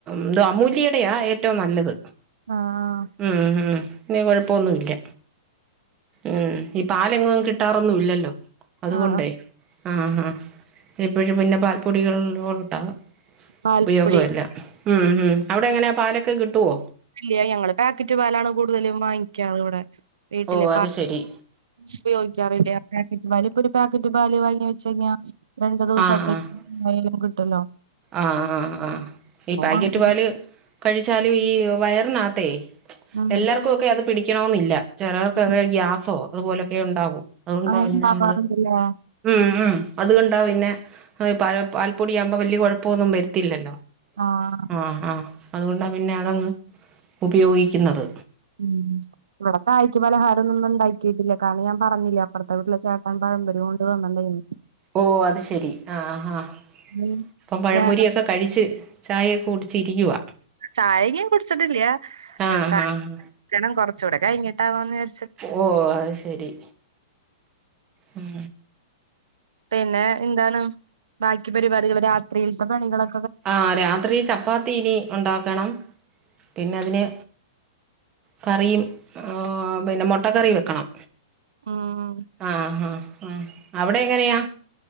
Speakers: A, on the right; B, on the right.
A: എന്തുവാ അമൂല്യേടെയാ ഏറ്റവും നല്ലത്
B: ആഹ്
A: ഉം ഉം ഇനി കുഴപ്പൊന്നുമില്ല ഉം ഈ പാലെങ്ങും കിട്ടാറൊന്നും ഇല്ലല്ലോ അതുകൊണ്ടേ
B: ആഹ് ആഹ്
A: ആ ആ എപ്പഴും പിന്നെ പാൽപ്പൊടികളല്ലട്ടോ
B: പാൽപ്പൊടി
A: ഉപയോഗമല്ല ഉം ഉം അവിടെങ്ങനാ പാലൊക്കെ കിട്ടുവോ
B: ഇല്ലയ ഞങ്ങള് പാക്കറ്റ് പാലാണ് കൂടുതലും വാങ്ങിക്കാറ് ഇവിടെ വീട്ടില
A: ഓ അത്
B: പ
A: ശരി
B: ഉപയോഗിക്കാറില്ലേ ആ പാക്കറ്റ് പാലും ഇപ്പ ഒരു പാക്കറ്റ് ബാല് വാങ്ങി വെച്ച കഴിഞ്ഞാ രണ്ടു ദിവസത്തേ
A: ആ ആ
B: എങ്ങനേലും കിട്ടല്ലോ
A: ആ ആഹ് ആഹ് ഈ
B: അപ്പൊ
A: പാക്കറ്റ്
B: അങ്ങനെ
A: പാല് കഴിച്ചാല് ഈ വയറിനകത്തേ
B: ഉം
A: എല്ലാർക്കുക്കെ അത് പിടിക്കണന്നില്ല ചെലെർ ക്കൊക്കെ
B: ഉം
A: ഗ്യാസോ അതുപോലൊക്കെ ഉണ്ടാകും അതുകൊണ്ടാ
B: അങ്ങനെ
A: പിന്നെ
B: ഉണ്ടാവാറുണ്ടല്ലേ
A: നമ്മള് ഉം ഉം അതുകൊണ്ടാ പിന്നെ അത് പാൽപ്പൊടിയകുമ്പോ വല്യ കുഴപ്പമൊന്നും വരുത്തില്ലല്ലോ
B: ആഹ്
A: ആ ആഹ അതുകൊണ്ടാണ് പിന്നെ അതങ്ങ് ഉപയോഗിക്കുന്നത്
B: ഉം ഇവിടെ ചായിക്ക് പലഹാരന്നുംണ്ടാക്കി ആക്കിട്ടില്ല കാര ഞാൻ പറഞ്ഞില്ല അപ്പുറത്തെ വിട്ടിലെചേട്ടൻ പഴമ്പൊരി കൊണ്ട് വന്നതേ വന്നിണ്ടായിരുന്നു
A: ഓ അത് ശെരി ആ ഹ
B: ഉം
A: അപ്പം പഴപൊരിയൊക്കെ
B: ഞാ-
A: കഴിച്ച് ചായയൊക്കെ കുടിച്ച് ഇരിക്കുക
B: ചായങ്ങും കുടിച്ചിട്ടില്ല
A: ആഹ്
B: ചായ
A: ആഹ്
B: <unintelligible> കുറച്ചൂടെ കഴഞ്ഞിട്ടാവാന്ന് കരുതി
A: ഓ അത് ശരി ഉം
B: പിന്നെ എന്താണ് ബാക്കി പരിപാടികൾ രാത്രിത്തെ പണികളൊ
A: ആ രാത്രി ചപ്പാത്തിനി ഉണ്ടാക്കണം പിന്നെ അതിന് കറിയും പിന്നെ മുട്ടക്കറിയും വെക്കണം
B: ഉം
A: ആഹ ആഹ് ആ അവിടെ എങ്ങനെയാ